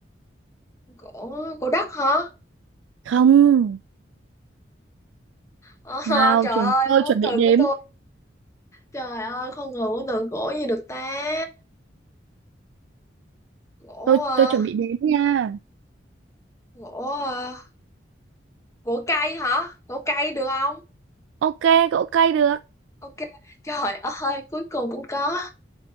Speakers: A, on the left; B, on the right.
A: Gỗ, gỗ đất hả?
B: không
A: Ờ, <laughs>
B: Nào,
A: trời
B: chuẩn
A: ơi,
B: tôi
A: vốn
B: chuẩn
A: từ
B: bị đếm.
A: của tôi. Trời ơi, con người vốn từ gỗ gì được ta? Gỗ,
B: Tôi
A: ờ,
B: tôi chuẩn bị đếm nha.
A: gỗ, ờ, gỗ cây hả? Gỗ cây được không?
B: Ok, gỗ cây được.
A: Ok, trời ơi, cuối cùng cũng có.